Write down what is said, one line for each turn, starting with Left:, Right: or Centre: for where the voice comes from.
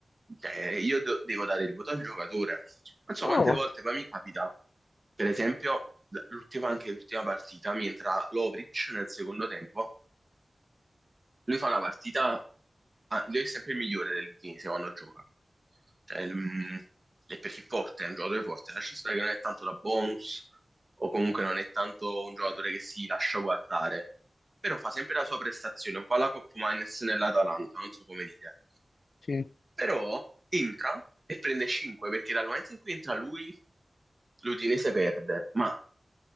Right: cioè, io do- devo dare il voto al giocatore. Non so
Left: no,
Right: quante
Left: ma...
Right: volte, ma mi capita, per esempio, l- l'ultima, anche l'ultima partita, mi entra Lovric nel secondo tempo Lui fa una partita, ah, lui è sempre il migliore dell'Udinese quando gioca. Cioè, il- mm, è perché è forte, è un giocatore forte. Lascia stare che non è tanto da bonus o comunque non è tanto un giocatore che si lascia guardare, però fa sempre la sua prestazione, un po' alla Coppa Miners nell'Atalanta, non so come dire.
Left: Sì.
Right: Però entra e prende 5 perché dal momento in cui entra lui, l'Udinese perde, ma